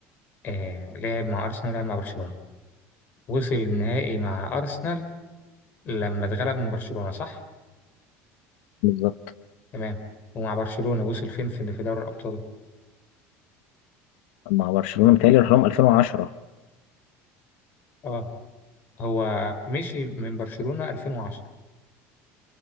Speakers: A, on the left (about 30°); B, on the left (about 85°).
A: آه لعب مع أرسنال ولعب مع برشلونة وصل النهائي مع أرسنال لما اتغلب من برشلونة صح؟
B: بالظبط
A: تمام ومع برشلونة وصل فين في في دوري الأبطال
B: مع برشلونة متهيألي راح لهم 2010
A: اه هو مشي من برشلونة 2010